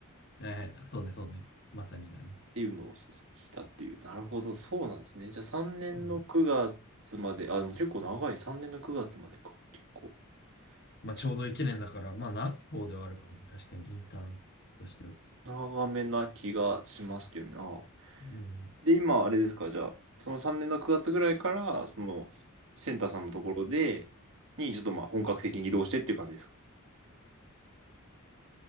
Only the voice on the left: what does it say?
はいはい。そうね、そうね。まさにだね。
うん。
まあ、
ちょうど一年だから、まあ、長い方ではあるかもね。確かに、インターンとしては。
うん。